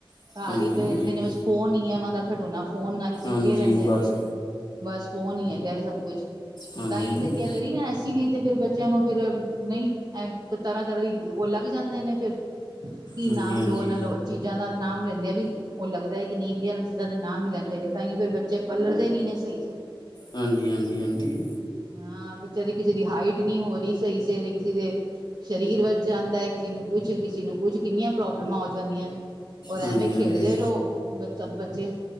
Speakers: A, on the left; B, on the right.
A: ਹਾਂਜੀ
B: ਘਰ ਹੀ ਪਏ
A: ਹਾਂਜੀ
B: ਰਹਿੰਦੇ ਨੇ ਬਸ ਫੋਨ ਹੀ ਆ ਉਹਨਾਂ ਦਾ ਖਿਡੌਨਾ, ਫੋਨ ਨਾਲ ਹੀ ਚਿਪਕੇ
A: ਹਾਂਜੀ
B: ਰਹਿੰਦੇ
A: ਬਸ
B: ਨੇ। ਬਸ ਫੋਨ ਹੀ ਹੈਗਾ ਹੈ ਸਭ ਕੁਛ,
A: ਹਾਂਜੀ
B: ਤਾਂ ਹੀ
A: ਹਾਂਜੀ
B: ਤੇ ਕਹਿ ਤੇ ਰਹੀ ਆਂ ਅਸੀ ਵੀ ਤੇ ਫੇਰ ਬੱਚਿਆਂ ਨੂੰ ਫੇਰ ਨਹੀਂ ਤਰ੍ਹਾਂ-ਤਰ੍ਹਾਂ ਦੀ ਉਹ ਲੱਗ ਜਾਂਦੇ ਨੇ ਫੇਰ ਕੀ
A: ਹਾਂਜੀ
B: ਨਾਮ
A: ਹਾਂਜੀ
B: ਲੋ ਨਾ ਲੋ, ਚੀਜ਼ਾਂ ਦਾ ਨਾਮ ਲੈਂਦੇ ਐ ਵੀ ਉਹ ਲੱਗਦਾ ਕਿ ਨਹੀਂ ਵੀ ਇਹਨਾਂ ਚੀਜ਼ਾਂ ਦੇ ਨਾਮ ਨਹੀ ਲੇਂਦੇ ਹੇਗੇ, ਤਾਂਈ ਫੇਰ ਬੱਚੇ ਪਲਰਦੇ ਨੀ ਨੇ ਸਹੀ ਸੇਰ।
A: ਹਾਂਜੀ, ਹਾਂਜੀ, ਹਾਂਜੀ।
B: ਹਾਂ ਬੱਚਿਆਂ ਦੀ ਕਿਸੇ ਦੀ ਹਾਈਟ ਨਹੀਂ ਹੋ ਰਹੀ ਸਹੀ ਸੇ ਤੇ ਕਿਸੇ ਦੇ ਸਰੀਰ ਵੱਧ ਜਾਂਦਾ ਹੈ, ਕਿਸੇ ਨੂੰ ਕੁਛ, ਕਿਸੇ ਨੂੰ ਕੁਛ ਕਿੰਨੀਆਂ ਪ੍ਰੋਬਲਮਾਂ ਹੋ ਜਾਂਦੀਆਂ ਨੇ। ਔਰ ਐਵੇਂ
A: ਹਾਂਜੀ
B: ਖੇਡਦੇ
A: ਹਾਂਜੀ
B: ਰਹੋ ਬੱਚਾ ਬੱਚੇ